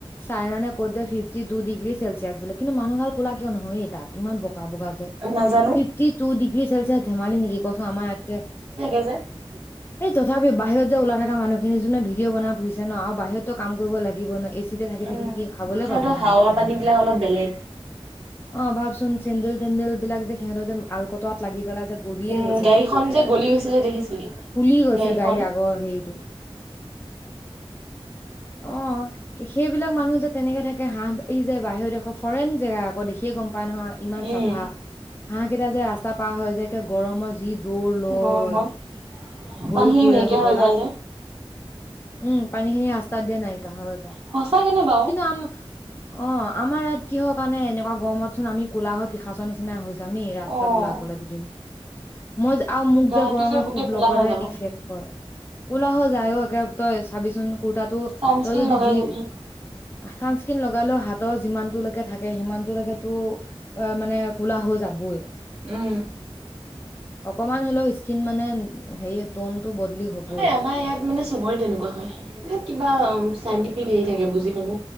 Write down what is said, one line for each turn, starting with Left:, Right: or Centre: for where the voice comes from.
Left: চাইনানে ক'ত যে ফিফটি টু ডিগ্ৰী চেলচিয়ছ বোলে কিন্তু মানুহ ভাল কুলা কিয় নহয় এই তাত ইমান ব বগা যে
Right: নাজানো
Left: ফিফটি টু ডিগ্ৰী চেলচিয়াছ ধেমালি নেকি কচোন আমাৰ ইয়াতকে
Right: য
Left: এই তথাপি বাহিৰত যে ওলাই থকা মানুহখিনি যোনে ভিডিঅ' বনাই ফুৰিছে ন বাহিৰতটো কাম কৰিব লাগিব নহ চিতে থাকি
Right: উম,
Left: থাকি কি খাবলে
Right: সিহঁতৰ
Left: পাব সিহতি।
Right: হাৱা পানী বিলাক অলপ বেলেগ।
Left: অ ভাবচোন চেন্দেল তেন্দেল বিলাক যে সিহঁতৰ যে আল কটোৱাত লাগিব। পেলা যে গলিয়ে
Right: উম,
Left: গৈছে
Right: গাড়ীখন
Left: গৈ
Right: যে গলি গৈছিলে দেখিছিলি
Left: ফুলি গৈছে
Right: গাড়ীখন।
Left: গাড়ী আগৰ হেৰিটো। অ সেইবিলাক মানুহ যে তেনে সেনেকে থাকে হাঁহ ই যে বাহিৰৰ দেশৰ ফৰেইন জেগা আকৌ দেখিয়ে গম পায় নহয় ইমান
Right: উম।
Left: চাফা। হাঁহ কেইটা যে ৰাস্তা পাৰ হৈ যেে গৰমত যি দৌৰ লয়।
Right: গৰমত
Left: ভৰি
Right: পানী খিনি
Left: পুৰে
Right: নাইকিয়
Left: হ'বলা
Right: হৈ যায় যে।
Left: উম পানী খিনি ৰাস্তাত দিয়া নাইকিয়া হৈ হৈ যায়,
Right: সঁচাকে নে বাৰু
Left: কিন্তু আম অ আম আমাৰ ইয়াত কিহৰ কাৰণে এনেকুৱা গৰমত। কচোন আমি কোলা পিখাচৰ নিচিনা হৈ যামি ৰাস্তাত
Right: অ',
Left: ওলাই গ'লে দুদিন। মই আৰু মোক
Right: গাটো
Left: যে গৰমে
Right: গোটেই
Left: খুব
Right: ক'লা
Left: লগতে
Right: হৈ যাব।
Left: ইফেক্ট কৰে। ক'লা হৈ যায় অ একে তই চাবিচোন কুৰ্তাটো
Right: চানস্ক্ৰীন
Left: তই যদি
Right: লগাই
Left: যি
Right: যাবি।
Left: ছানস্কিন লগালো হাতত। যিমান লৈকে থাকে সিমান লৈকেতো অ মানে কোলা হৈ যাবই।
Right: উম!
Left: অকমান হ'লেও স্কিন মানে হে টনটো বদলি হ'বই।
Right: এই আমাৰ ইয়াত মানে চবৰে তেনেকুৱা হয় ম কিবা চাইণ্টিফিক
Left: এ
Right: হেৰি থাকে বুজি। পাজি